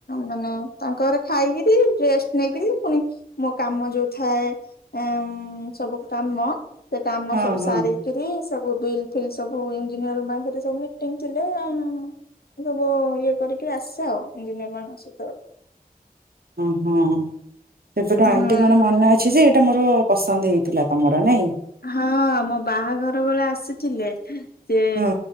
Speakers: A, on the left; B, on the right.
A: ମାନେ ତାଙ୍କ ଘରେ ଖାଇକିରି ରେଷ୍ଟ ନେଇକିରି ପୁଣି ମୋ କାମ ଯୋଉ ଥାଏ ଏମ୍ ସବୁ କାମ ସେ କାମ
B: ହଁ
A: ସବୁ
B: ହଁ
A: ସାରିକିରି ସବୁ ବିଲ ଫିଲ୍ ସବୁ ଇଞ୍ଜିନିୟରଙ୍କ ପାଖରେ ସବମିଟ ମିଟିଂ ଥିଲେ ଆଉ ସବୁ ଇଏ କରିକି ଆସେ ଆଉ ଇଞ୍ଜିନିୟରମାନଙ୍କ ସହିତ।
B: ଉଁ ହୁଁ ସେବେଠୁ ଆଣ୍ଟିଙ୍କର
A: ହଁ
B: ମନେ ଅ ଅଛି ଯେ ଏଇଟା ମୋର ପସନ୍ଦ ହେଇଥିଲା ତମର ନାଇଁ।
A: ହଁ ମୋ ବାହାଘର ବେଳେ ଆସିଥିଲେ ଯେ
B: ହୁଁ